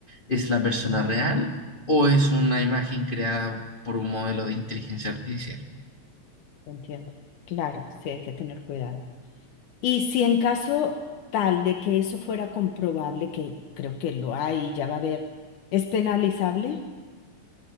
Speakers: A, on the left; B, on the left.
A: es la persona real o es una imagen creada por un modelo de inteligencia artificial.
B: Entiendo. Claro, sí hay que tener cuidado. Y si en caso tal de que eso fuera comprobable, que creo que lo hay y ya va a haber, ¿es penalizable?